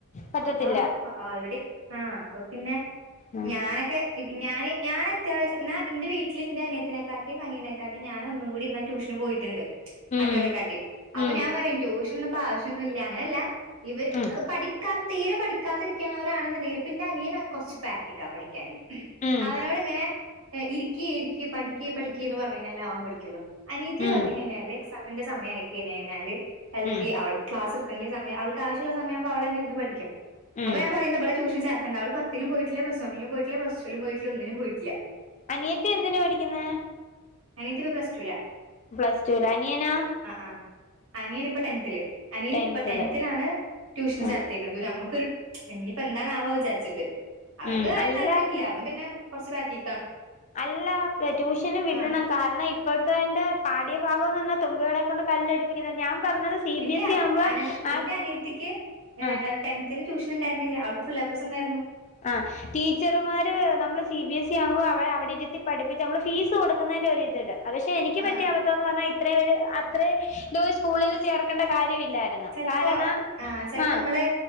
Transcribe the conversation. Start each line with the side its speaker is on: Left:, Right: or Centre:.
Left: പറ്റത്തില്ല
Right: അപ്പ ആൾറെഡി, ആഹ് അപ്പൊ, പിന്നെ,
Left: ഉം
Right: ഞാനൊ ക്കെ ഞാന് ഞാന എന്നാ എന്റെ വീട്ടിൽ ന്റെ അനിയത്തിനെക്കാട്ടിയും അനിയെക്കാട്ടിയും ഞാൻ ഒന്നും കൂടി ഇന്നാ ട്യൂഷന് പോയിട്ടുണ്ട്. മറ്റോരെ
Left: ഉം
Right: കാട്ടി അപ്പൊ
Left: ഉം
Right: ഞാൻ പറയും, ട്യൂഷനൊന്നും ഇപ്പ ആവശ്യൊന്നും ഇല്ല. അങ്ങനല്ല. ഇവര്
Left: ഉം
Right: പഠിക്കാത്ത തീരെ പഠിക്കാത്തിരിക്കണ വരാണെന്നുണ്ടെങ്കില് പിന്നെ അനിയന കൊറച്ച് ബാക്കിക്കാ പഠിക്ക ക്കാന്.
Left: ഉം
Right: അവനോടിങ്ങനെ. ഇരിക്കേ, ഇരിക്കേ പഠിക്കേ, പഠിക്കേ എന്ന് പറഞ്ഞ് കഴഞ്ഞാൽ അവൻ പഠിക്കുള്ളോ. അനീയതി ന്ന്
Left: ഉം
Right: പറഞ്ഞു കഴിഞാല്. സവന്റെ സമയ ആയി കഴിഞ്ഞ കഴഞ്ഞാല് അല്ലെങ്കി
Left: ഉം
Right: അവള് ക്ലാസ് എടുക്കണ്ട സമയം അവൾക്ക് ആവശ്യള്ള സമയകുമ്പോ അവളന്നെ ഇരുന്ന് പഠിക്കും
Left: ഉം
Right: അപ്പൊ ഞാൻ പറയ ഇന്ന് ഇവളെ ട്യൂഷന് ചേർക്കണ്ട അവള് പ പത്തിലും പോയിട്ടില്ല പ്ലസ് വണിലും പോയിട്ടില്ല പ്ലസ് ടുലും പോയിട്ടില്ല ഒന്നിനും പോയിട്ടില്ല
Left: അനിയത്തി എന്തിനാ പഠിക്കുന്നെ
Right: അനിയത്തി പ്ലസ്ടൂവില
Left: പ്ലസ് ടു ല് അനിയനാ
Right: ആ അനിയൻ ഇപ്പ ടെൻത്തില് അനിയൻ
Left: ടെൻത്തില്
Right: ഇപ്പൊ ടെൻത്തിലാണ് ട്യൂഷന്
Left: ഉം
Right: ചേർത്തെ <unintelligible> ഞമ്മക്കൊരു ഇനിയിപ്പോ എന്താണാവോ വിചാരിച്ചിട്ട് അവനിക്ക്
Left: ഉം അല്ല
Right: താല്പര്യമില്ല അവൻ പിന്നെ കുറച്ച് ബാക്കി
Left: അല്ല ട്യൂഷന് വിടണ
Right: ആ
Left: കാരണം ഇപ്പോഴത്തെന്റെ പാട്യഭാഗംന്ന് പറഞ്ഞാ തുമ്പികളെ കൊണ്ട് കല്ലടിപ്പിക്കുന്നത് ഞാൻ പറഞ്ഞത് സി
Right: ഇല്ല്യ
Left: ബി എസ് ഇ ആവുമ്പോ
Right: അനമു
Left: ആ
Right: ഇന്റെ അനിയത്തിക്ക് ഏഹ്
Left: ആ
Right: ട്ടൻ ത്തില് ട്യൂഷൻ ഉണ്ടായിരുന്നില്ല അവക്ക് ഫുൾ എ പ്ലസ് ഉണ്ടായിരുന്നു
Left: ആഹ് ടീച്ചർമാര് നമ്മള് സി ബി എസ് ഇ ആവുമ്പോ അവര് അവിടെ ഇരുത്തി പഠിപ്പിച്ച് നമ്മള് ഫീസ് കൊടുക്കുന്നതിന്റെ ഒരു ഇതില് അത് ക്ഷെ എനിക്ക്
Right: ആ
Left: പറ്റിയാ അബദ്ധം എന്ന് പറഞ്ഞാ ഇത്രയും പേര് അത്ര ദു സ്കൂളിൽ ചേർക്കേണ്ട കാര്യമില്ലായിരുന്നു
Right: ചെൽപ്പോ
Left: കാരണം
Right: ആഹ് ചിലപ്പോ
Left: ആ
Right: ഇങ്ങള്